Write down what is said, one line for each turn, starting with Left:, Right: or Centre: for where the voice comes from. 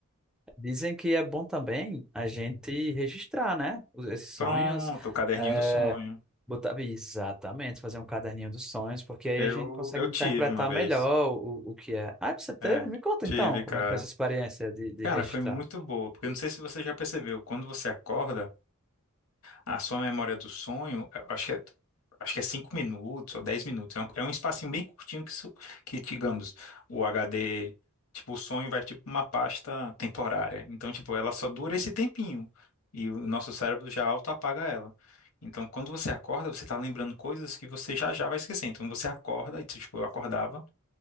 Centre: Dizem que é bom também a gente registrar, né? os- Esses
Left: Pronto,
Centre: sonhos.
Left: o caderninho
Centre: É,
Left: do sonho.
Centre: botar, exatamente, fazer um caderninho dos sonhos, porque aí
Left: Eu,
Centre: a gente consegue
Left: eu
Centre: interpretar
Left: tive uma vez.
Centre: melhor o, o que é. Ah, você teve?
Left: É,
Centre: Me conta
Left: tive,
Centre: então, como
Left: cara.
Centre: é que foi essa experiência de, de
Left: Cara,
Centre: registrar?
Left: foi muito boa, porque eu não sei se você já percebeu, quando você acorda. A sua memória do sonho, eu acho que é, acho que é 5 minutos ou 10 minutos. É um, é um espacinho bem curtinho que, isso- que, digamos, o HD, tipo, o sonho vai tipo uma pasta temporária. Então, tipo, ela só dura esse tempinho. E o nosso cérebro já auto-apaga ela. Então, quando você acorda, você tá lembrando coisas que você já já vai esquecer. Então, você acorda, e tipo, eu acordava.